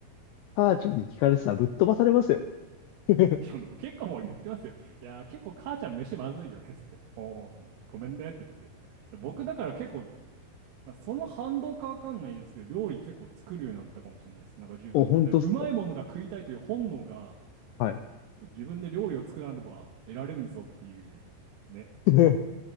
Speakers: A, on the left; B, on the right.
A: 母ちゃんに聞かれてたらぶっ飛ばされますよ。<laughs>
B: いや、僕結構もう言ってますよ。いや、結構母ちゃん飯まずいよねっつって。おお、ごめんねって言って。で僕だから結構、その反動かわかんないですけど、料理結構作るようになったかもしれないです。なんか自分で。
A: お、本当っすか
B: なんかうまいものが食いたいという本能が、
A: はい。
B: 自分で料理を作らねば得られんぞっていうね。
A: <laughs>